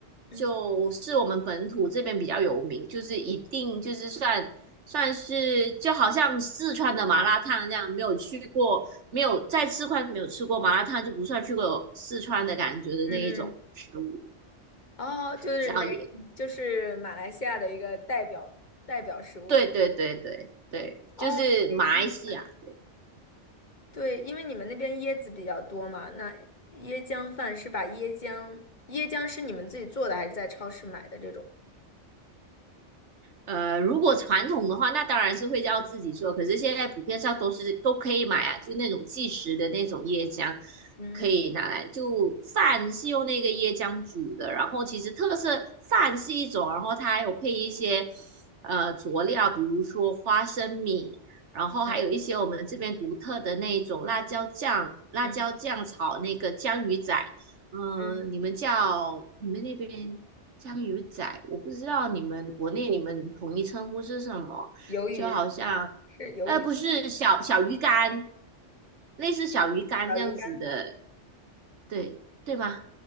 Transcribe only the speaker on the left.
嗯
嗯嗯，哦，就是没，
就是马来西亚的一个代表代表食物。
哦，
椰浆饭。
对，因为你们那边椰子比较多嘛，那椰浆饭是把椰浆，椰浆是你们自己做的还是在超市买的这种？
嗯
嗯嗯
嗯
嗯，
鱿鱼
是鱿鱼，
小鱼干。